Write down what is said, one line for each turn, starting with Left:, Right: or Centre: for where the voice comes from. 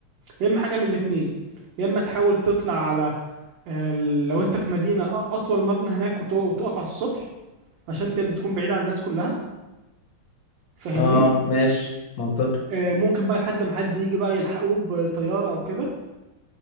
Right: يا اما حاجة من الاتنين يا اما تحاول تطلع على آه، لو انت في مدينة أ- اطول مبنى هناك وتق- وتقف على السطح عشان انت بتكون بعيد عن الناس كلها فاهمني
Left: اه ماشي منطقي
Right: آه، ممكن بقى لحد ما حد يجي بقى يلحقوك بطيارة او كده